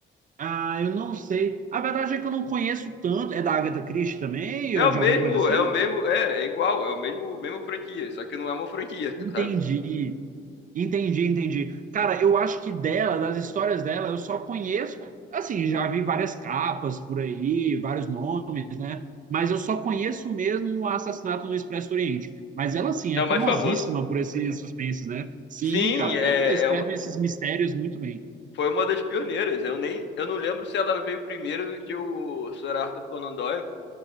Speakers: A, on the right; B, on the left.
A: ah, eu não sei. A verdade é que eu não conheço tanto. É da Agatha Christie também
B: É
A: ou
B: o
A: de
B: mesmo,
A: alguma coisa assim?
B: é o mesmo, é, é igual, é o mesmo, mesmo franquia, só que não é uma franquia, <laughs>
A: Entendi.
B: sabe?
A: Entendi, entendi. Cara, eu acho que dela, das histórias dela, eu só conheço, assim, já vi várias capas por aí, vários nomes, né? Mas eu só conheço mesmo o Assassinato no Expresso do Oriente. Mas ela, assim,
B: É
A: é
B: o mais
A: famosíssima
B: famoso.
A: por esses suspenses, né? Sim,
B: Sim,
A: cara,
B: é,
A: ela escreve
B: é uma,
A: esses mistérios muito bem.
B: foi uma das pioneiras. Eu nem, eu não lembro se ela veio primeiro do que o Sir Arthur Conan Doyle.